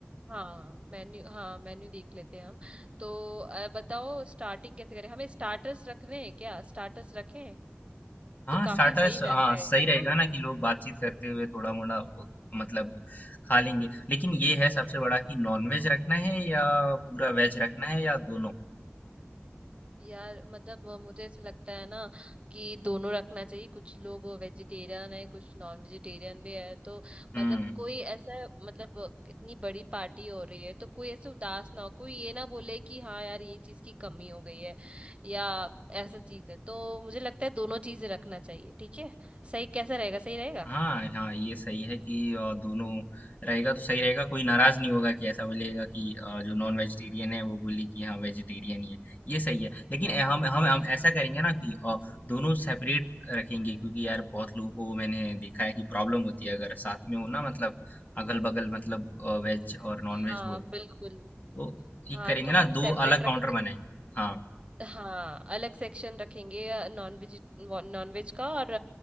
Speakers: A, on the right (about 25°); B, on the left (about 40°).
A: हाँ मेन्यू हाँ मेन्यू देख लेते हैं हम तो अ, बताओ स्टार्टिंग कैसे करें हमें स्टार्टर्स रखने हैं क्या स्टार्टर्स रखें
B: हाँ
A: तो काफी
B: स्टार्टर्स
A: सही ल-
B: हाँ
A: रहेगा
B: सही
A: है
B: रहेगा
A: ना
B: ना कि लोग बातचीत करते हुए थोड़ा मोड़ा वो, मतलब खा लेंगे लेकिन ये है सबसे बड़ा कि नॉन वेज रखना है या पूरा वेज रखना है या दोनों
A: यार मतलब अ, मुझे ऐसा लगता है ना कि दोनों रखना चाहिए कुछ लोग वेजिटेरियन है कुछ नॉन वेजिटेरियन भी है तो
B: हम्म
A: मतलब कोई ऐसा मतलब अ, इतनी बड़ी पार्टी हो रही है तो कोई ऐसे उदास ना हो कोई ये ना बोले कि हाँ यार ये चीज की कमी हो गई है या ऐसा चीज है तो मुझे लगता है दोनों चीजें रखना चाहिए ठीक है सही कैसा रहेगा सही रहेगा
B: हाँ हाँ ये सही है कि अ, दोनों रहेगा तो सही रहेगा कोई नाराज नहीं होगा कि ऐसा बोलेगा कि अ, जो नॉन वेजिटेरियन है वो बोले कि हाँ वेजिटेरियन ही है ये सही है लेकिन
A: हाँ
B: अ, हम हम हम ऐसा करेंगे ना कि अ, दोनों सेपरेट रखेंगे क्योंकि यार बहुत लोगों को मैंने देखा है कि प्रॉब्लम होती है अगर साथ में हो ना मतलब अगल बगल मतलब वेज और नॉन
A: हाँ
B: वेज हो तो
A: बिल्कुल
B: तो
A: हाँ
B: एक करेंगे
A: तो
B: ना
A: हम
B: दो
A: सेपरेट
B: अलग
A: रखें
B: काउंटर बनाएंगे हाँ
A: हाँ अलग सेक्शन रखेंगे नॉन वेज नॉन वेज का और